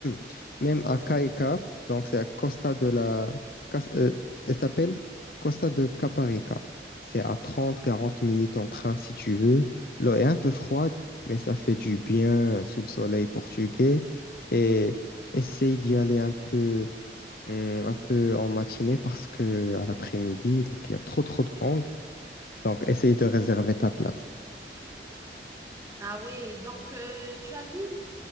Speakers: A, on the left (about 55°); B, on the right (about 15°).
A: <clears throat> même à Caicas. Donc, c'est à Costa de la... Cas- euh, elle s'appelle Costa de Caparica. C'est à trente quarante minutes en train si tu veux. L'eau est un peu froide, mais ça fait du bien sous le soleil portugais. Et essaye d'y aller un peu, hum, un peu en matinée parce que à l'après-midi, donc il y a trop trop de monde. Donc, essaye de réserver ta place.
B: Ah oui, donc euh, tu as dit